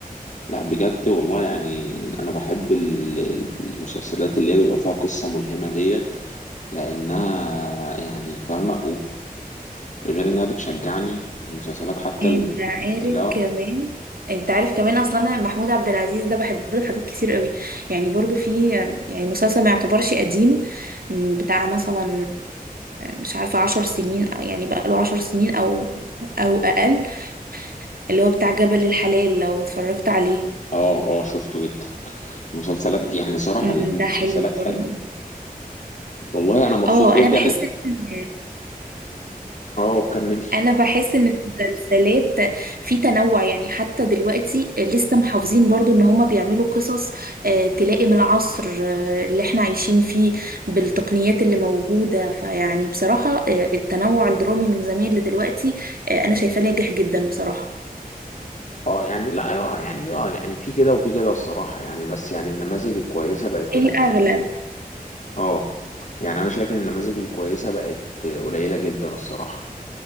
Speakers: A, on the left; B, on the right.
A: لا بجد والله يعني انا بحب ال- ال- المسلسلات اللي هي بيبقى فيها قصة ملهمة ديت لانها يعني فاهمة وغير انها بتشجعني المسلسلات حتى
B: انت
A: ال-
B: عارف
A: ال- اه
B: كمان انت عارف كمان اصلا انا محمود عبد العزيز ده بحب له حاجات كتير قوي يعني برضو في يعني مسلسل ما يعتبرش قديم م، بتاع مثلا مش عارفة عشر سنين أو يعني بقى له عشر سنين او او اقل اللي هو بتاع جبل الحلال لو اتفرجت عليه
A: اه اه شفته جدا مسلسلات يعني صراحة
B: مم،
A: المسلسلات
B: ده حلو برضه
A: حلوة والله انا مبسوط
B: اه
A: جدا
B: انا بحس ان
A: اه كملي
B: انا بحس ان المسلسلات في تنوع يعني حتى دلوقتي لسه محافظين برضو ان هما بيعملوا قصص آه، تلائم العصر آه، اللي احنا عايشين فيه بالتقنيات اللي موجودة فيعني بصراحة آه، التنوع الدرامي من زمان لدلوقتي آه، انا شايفاه ناجح جدا بصراحة
A: اه يعني لا اه يعني اه يعني في كده وفي كده الصراحه يعني بس يعني النماذج الكويسه بقت قليله
B: الاغلب
A: اه يعني انا شايف ان النماذج الكويسه بقت قليله جدا الصراحه